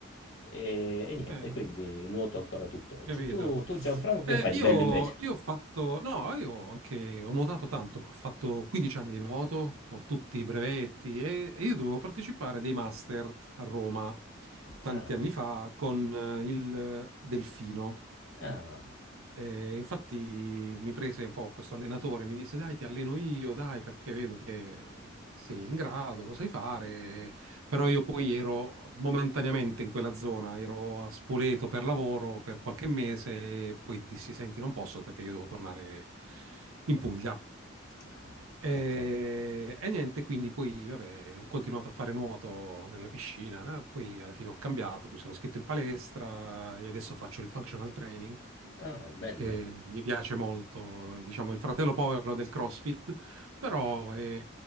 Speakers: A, on the left; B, on the right.
A: E, e niente,
B: Eh,
A: quindi nuoto ancora tutt'oggi.
B: capito.
A: Tu, tu Gianfranco, che
B: Eh,
A: fai di
B: io,
A: bello invece?
B: io ho fatto, no, io ho anche, ho nuotato tanto, ho fatto 15 anni di nuoto, ho tutti i brevetti e, e io dovevo partecipare a dei master a Roma tanti
A: Ah,
B: anni fa con eh, il eh, Delfino.
A: ah,
B: E infatti mi prese un po' questo allenatore, mi disse dai, ti alleno io, dai, perché vedo che sei in grado, lo sai fare, però io poi ero momentaneamente in quella zona, ero a Spoleto per lavoro per qualche mese e poi dissi senti, non posso perché io devo tornare in Puglia.
A: ah,
B: E,
A: ok.
B: e niente, quindi poi vabbè, ho continuato a fare nuoto nella piscina, eh, Poi alla fine ho cambiato, mi sono iscritto in palestra e adesso faccio il functional training
A: Ah, bello.
B: che mi piace molto, è, diciamo il fratello povero del CrossFit, però è,